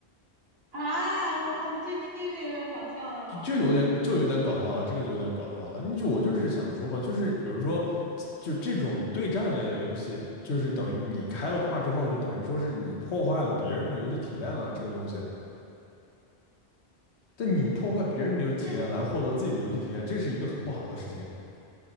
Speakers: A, on the right; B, on the left.
A: 啊，我我这个有点搞笑了吧？
B: 就就有点就有点搞笑了，这个就有点搞笑了。你就我就是想说嘛，就是比如说就这种对战类的游戏，就是等于你开了挂之后，就等于说是你破坏了别人的游戏体验了，这个东西。但你破坏别人的游戏体验来获得自己的游戏体验，
A: 但
B: 这是一个很不好的事情。